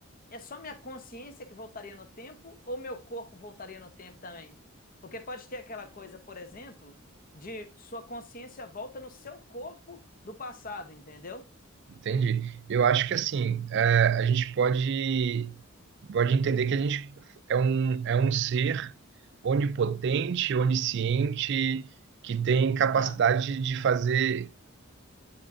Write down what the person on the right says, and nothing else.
Entendi. Eu acho que assim, é, a gente pode, pode entender que a gente é um, é um ser onipotente, onisciente, que tem capacidade
de fazer.